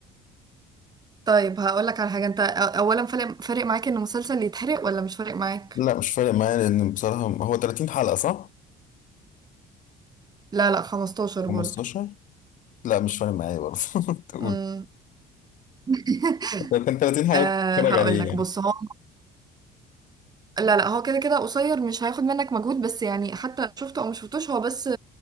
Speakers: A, on the right; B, on the left.
A: طيب هقولك على حاجة انت أ- اولا فارق فارق معاك ان مسلسل يتحرق ولا مش فارق معاك
B: لا مش فارق معايا لان بصراحه هو 30 حلقه صح
A: لا لا 15
B: 15
A: برضه
B: لا مش فارق معايا برضه <laughs> تقول
A: امم <laughs>
B: لو كان 30
A: أه
B: حلقه كنت اتفرج
A: هقولك
B: عليه يعني
A: بص هو لا لا هو كده كده قصير مش هياخد منك مجهود بس يعني حتى شفته او مش شفتوش هو بس